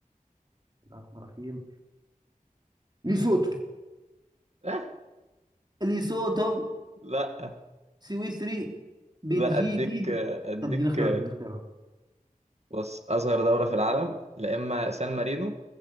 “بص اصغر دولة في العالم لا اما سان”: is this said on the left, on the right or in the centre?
Right